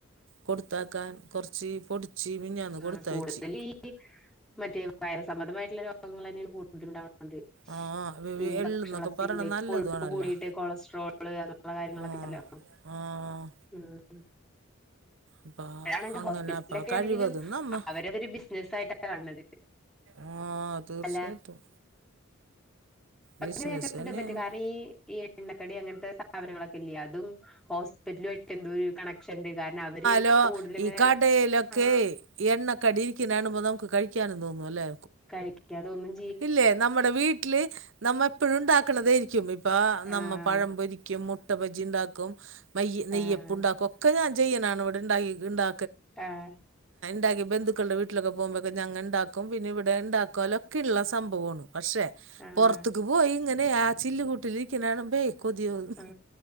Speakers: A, on the right; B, in the centre.
A: കൊടുത്താക്കാൻ കുറച്ച് പൊടിച്ച് മിഞ്ഞാന്ന് കൊടുത്തയച്ച്
B: ആ കൂടുതൽ ഈ മറ്റേ വയറ് സംബന്ധമായിട്ട്ല്ലെ രോഗങ്ങളന്നേണ് <unintelligible> അത്
A: ആ
B: ഈ
A: എള്ളെന്നൊക്കെ
B: ഭക്ഷണത്തിന്
A: പറയണത് നല്ലതുമാണല്ലോ
B: കൊഴുപ്പ് കൂടിയിട്ട് കൊളസ്ട്രോള് അങ്ങനള്ള കാര്യങ്ങളൊക്കെണ്ടല്ലോ
A: ആഹ് ആഹ്
B: ആ
A: അപ്പ
B: അപ്പോഴണെങ്കി
A: അങ്ങനെ
B: ഹോസ്പിറ്റലിലൊക്കെ
A: അപ്പ കഴിവതും
B: ആണെങ്കിലും
A: നമ്മ
B: അവര് വര് ബിസിനസായിട്ടാ കാണ് ണത്
A: ആഹ് തീർച്ചയായിട്ടും
B: അല്ല
A: ബിസിനസ്
B: <unintelligible>
A: തന്നെയാണ്
B: ഈ എണ്ണക്കടി അങ്ങനത്തെ സാനങ്ങളൊക്കെല്ല്യേ അ തും ഹോസ്പിറ്റലയിട്ട് ന്തോരു കണക്ഷണ്ട് കാരണം അവര്
A: ലോ
B: കൂടുതൽ ഇങ്ങനെ
A: ഈ കടേലൊക്കേ
B: ആഹ്
A: എണ്ണ കടിയിരിക്ക്‌ണ് കാണുമ്പോ നമുക്ക് കഴിക്കാനും തോന്നും അല്ലേ
B: കഴിക്കാ തോന്നും
A: ഇല്ലേ നമ്മടെ വീട്ടില് നമ്മ എപ്പഴും ണ്ടാക്ക ക്ക്ണതേ എനിക്ക് ഉപ പ്പാ നമ്മ
B: ആഹ്
A: പഴം പൊരിക്കും മു മുട്ടബജിണ്ടാക്കും മയ്യ് നെയ്യപ്പുണ്ടാകും
B: ആഹ്
A: ഒക്കെ ഞാ ചെ ആണ് ഇവിടെ ഇണ്ടാ
B: ആഹ്
A: <inaudible> <unintelligible> ബന്ധുക്കളുടെ വീട്ടിലൊക്കെ പോകുമ്പം ഞങ്ങള്ണ്ടാക്കും പിന്നെ ഇവിടെ ഉണ്ടാകൊ ഇളള സംഭവാണ് പക്ഷെ
B: ആഹ്
A: പുറത്ത്ക്ക് പോയി ഇങ്ങനെ- ആ ചില്ലു കുട്ടിലിരിക്കണ കാണുമ്പോൾ കൊതിയോന്നും
B: ആഹ്